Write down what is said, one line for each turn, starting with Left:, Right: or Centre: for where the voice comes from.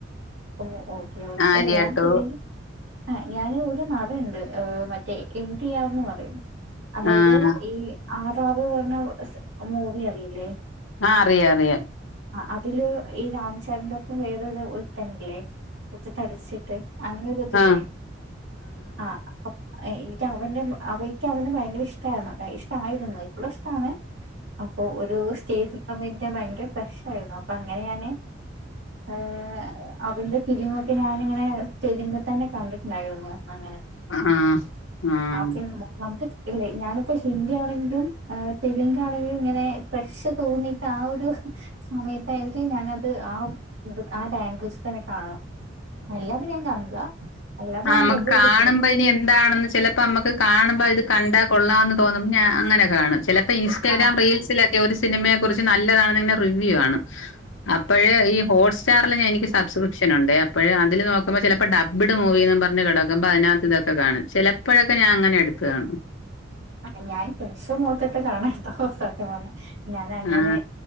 Right: ഓ ഓക്കേ ഓ
Left: ആര്യ
Right: അല്ല ഞാൻ
Left: ടു
Right: തെലുങ്ക് ആ ഞാന് ഒരു നടുണ്ട് ആഹ് മറ്റേ എന്ത്യാന്ന് പറയും അതായത്
Left: ആഹ്
Right: ഈ ആറാറ് പറഞ്ഞ മൂവി അറിയില്ലേ
Left: ആഹ് അറിയാം അറിയാം
Right: ആ അതില് ഈ രാംചരന്റെ ഒപ്പം വേറൊരു ഒരുത്തനില്ലേ കുറച്ച് തടിച്ചിട്ട് അങ്ങനെ ഒരിതില്ലേ
Left: ആഹ്
Right: ആഹ് അപ്പം ഏഹ് എനിക്ക് അവൻന്റെ അവയ്ക്ക് അവൻ ഭയങ്കര ഇഷ്ടരുന്നു ഇഷ്ടമായിരുന്നു ഇപ്പോഴും ഇഷ്ടാണ് അപ്പൊ ഒരു സ്റ്റേജ്ഒക്കെ ആകുമ്പോ എനിക്ക് ഭയങ്കര ക്രേഷ് ആയിരുന്നു അപ്പൊ അങ്ങനെ ഞാന് ആഹ് അവന്റെ ഫിലിമൊക്കെ ഞാനിങ്ങനെ തെലുങ്ക് തന്നെ കണ്ടിട്ടുണ്ടായിരുന്നു അങ്ങനെ
Left: ആഹ് ആഹ് ആഹ്
Right: ആ ദ്യം നമു നമുക്ക് ഇല്ലേ ഞാനിപ്പോ ഹിന്ദി ആണെങ്കിലും ആഹ് തെലുങ്ക് ആണെങ്കിലും ഇങ്ങനെ ക്രേഷ് തോന്നി ട്ടാ ഒരു സമയത്തായിരിക്കും ഞാനത് ആ ഹ്ആ ലാംഗ്വേജിൽ തന്നെ കാണാം അല്ലാതെ ഞാൻ കാണില്ല അല്ലാതെ
Left: ആഹ്
Right: ഞാൻ
Left: നമ്മുക്ക്
Right: ഡബ് ചെയ്തിട്ടായിരിക്കും
Left: കാണുമ്പോ ഇനി എന്താണെന്ന് ചെല പ്പം നമുക്ക് കാണുമ്പ ഇത് കണ്ടാ കൊള്ളാംമന്ന് തോന്നുമ്പോ ഞാൻ അങ്ങനെ കാണും ചിലപ്പോ ഇൻസ്റ്റഗ്രാം
Right: ആ
Left: റീൽ സിലൊക്കെ ഒരു സിനിമയെ കുറിച്ച് നല്ലതാണെ റിവ്യൂ കാണും അപ്പോഴ ഈ ഹോട്സ് സ്റ്റാറിൽ എനിക്ക് സബ്ക്രിപ്ഷൻ ഉണ്ട് അപ്പോഴ അതിൽ നോക്ക്പോ ചിലപ്പോ ഡബഡ് മൂവി ന്ന് പറഞ്ഞ് കടക്കുമ്പം അതിനകത്ത് ഇതൊക്ക കാണും ചിലപ്പോഴൊക്കെഞാൻ അങ്ങനെ എടുത്ത് കാണും
Right: ആന് ഞാൻ കുറച്ചു മൂത്തിട്ട് കാണാത്തോ സത്യ പറ ഞാൻ അങ്ങനെ
Left: ആ